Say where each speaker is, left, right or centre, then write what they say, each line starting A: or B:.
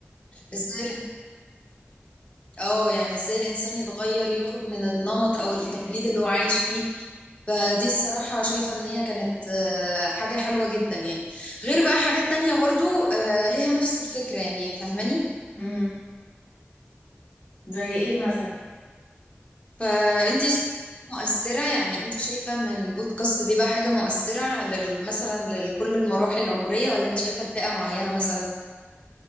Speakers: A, on the left; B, on the left.
A: ازاي اه يعني ازاي الانسان يتغير يخرج من النمط او التقليد اللي هو عايش فيه فدي الصراحة شايفة ان هي كانت آه، حاجة حلوة جدا يعني غير بقى حاجات تانية برضو آه، ليها نفس الفكرة يعني فاهماني
B: امم زي ايه مثلا
A: فانت شايفة مؤثرة يعني انت شايفة ان البودكاست بيبقى حاجة مؤثرة لل- مثلا لكل المراحل العمرية ولا انت شايفة لفئة معينة مثلا